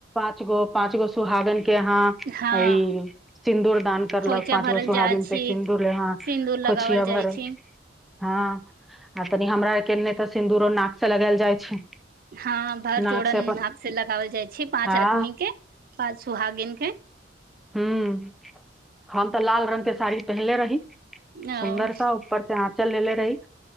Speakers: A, in the centre; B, on the right.
A: प गो पाँच गो। सुहागन। के यहा
B: हँ
A: ई सिन्दूर दान करलक
B: खोइचा
A: पाँच
B: भरल
A: गो सुहागिन
B: जाइ छी
A: से सिन्दूर लेहां
B: सिन्दूर लगावल
A: खोछिया
B: जाइ
A: भर
B: छी
A: हँ। आ तनि हमरा आर के नहि त सिन्दूरो नाक से लगायल जाइ छै।
B: हँ भर
A: नाक
B: जोड़न
A: से अपन
B: हाथ से लगओल जाइ छै पाँच
A: हँ
B: आदमी के। पाँच सुहागिन के।
A: हँ हम तऽ लाल रंगग के साड़ी पहिले रही।
B: ओ
A: सुन्दर सा ऊपर से आँचल ल ले। तइ।